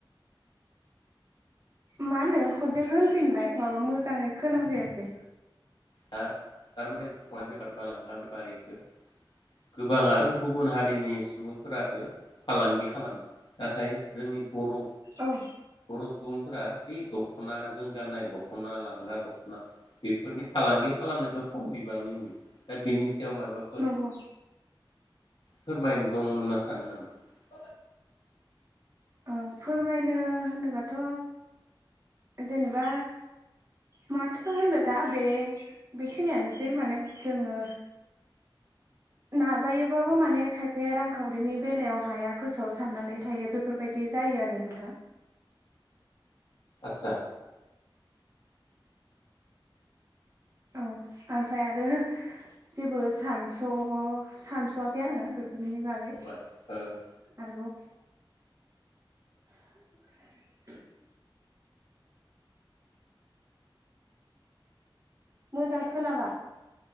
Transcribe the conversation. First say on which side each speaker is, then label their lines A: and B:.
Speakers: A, on the right; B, on the left.
A: मा होनदो? खनसे होनफिनलाय माबा मोजाङै खोनाफैयासै।
B: दा थारमाने <unintelligible> बेफार बा लांगा बेफारिखो गोबाङानो गुबुन हारिनि सुबुंफोरासो फालांगि खालामो नाथाय जोंनि बर'
A: औ
B: बर' सुबुंफोरा बे दख'ना जों गाननाय दख'ना लांगा दख'ना बेफोरनि फालांगि खालामनायखौ खम बिबांनि नुयो। दा बेनि सायाव माबाफोर
A: नंगौ।
B: फोरमायनो दं होनना सानो नामा?
A: ओ फोरमायनो होनोबाथ' जेनेबा माथो होननो दा? बे बेखिनियानोसै माने जोङो नाजायोबाबो माने खायफाया रांखावरिनि बेलायाव हाया गोसोआव साननानै थायो बेफोर बायदि जायो आरो नोंथां।
B: आतसा?
A: औ आमफ्राय आरो जेबो सानस' सानस'वाखै आङो बे फोरनि बागै।
B: औ आं
A: आरोबाव <inaudible> मोजां खोला